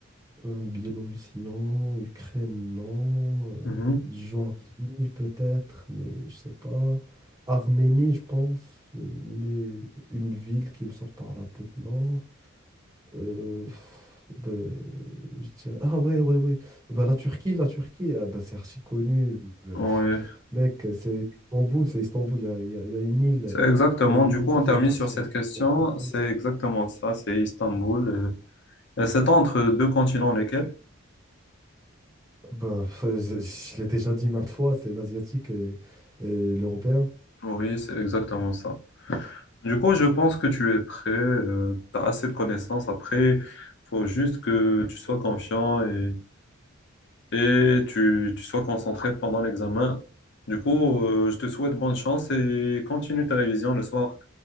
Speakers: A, on the right (about 15°); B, on the left (about 55°).
A: Biélorussie, non, Ukraine, non, euh,
B: Mhm.
A: Géorgie peut-être, mais je sais pas. Arménie, je pense, euh, mais une ville qui me sort par la tête, non. Euh, pff, bah, je dirais... Ah ouais, ouais, ouais. Bah, la Turquie, la Turquie, ah, bah, c'est archi connu. euh,
B: Oui.
A: <laughs> Mec, c'est Istanbul, c'est Istanbul, il y a, il y a- il y a une île,
B: C'est exactement,
A: il y a une
B: du
A: île
B: coup, on
A: qui
B: termine
A: appartient.
B: sur cette question.
A: Exactement.
B: C'est exactement ça, c'est Istanbul. euh, Et c'est entre deux continents lesquels?
A: Bah, f- je je l'ai déjà dit maintes fois, c'est l'asiatique et, et l'européen.
B: Oui, c'est exactement ça. Du coup, je pense que tu es prêt, tu as assez de connaissances. Après, faut juste que tu sois confiant et, et tu, tu sois concentré pendant l'examen. Du coup, euh, je te souhaite bonne chance et continue ta révision le soir.